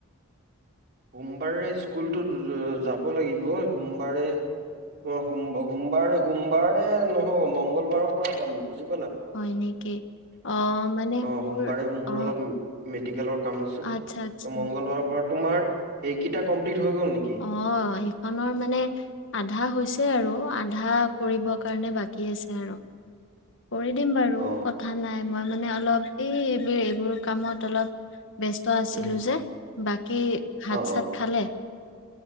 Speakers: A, on the right; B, on the left.
A: সোমবাৰে স্কুলটো যাব লাগিব। সোমবাৰে অ সোম, সোমবাৰে, সোমবাৰে নহব মংগলবাৰৰ পৰা যাম বুজি
B: হয় নেকি? অ' মানে
A: সোমবাৰে
B: মোৰ
A: মোৰ
B: অ'
A: অলপ মেডিকেলৰ কাম আছে,
B: আচ্ছা আচ্ছা
A: মংগলবাৰৰ পৰা তোমাৰ এই কিটা কমপ্লিট হৈ গ'ল নেকি?
B: অ! এইখনৰ মানে আধা হৈছে। আৰু, আধা কৰিব কাৰণে, বাকী আছে আৰু। কৰি দিম বাৰু,
A: অ
B: কথা নাই মই মানে অলপ, এই! এইবোৰ কামত অলপ ব্যস্ত আছিলো
A: উম
B: যে! বা কি ভাত
A: অ অ
B: -চাত খালে?